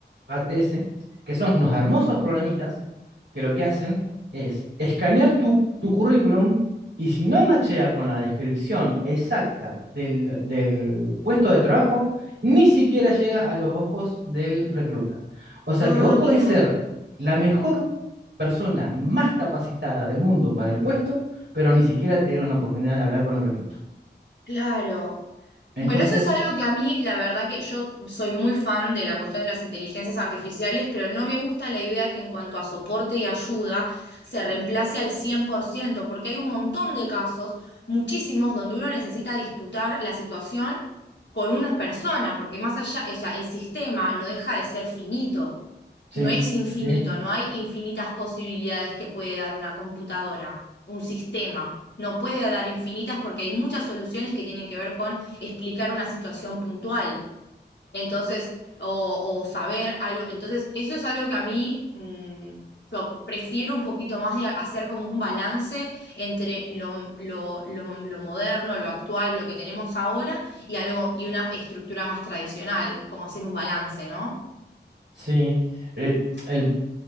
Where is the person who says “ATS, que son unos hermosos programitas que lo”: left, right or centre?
Right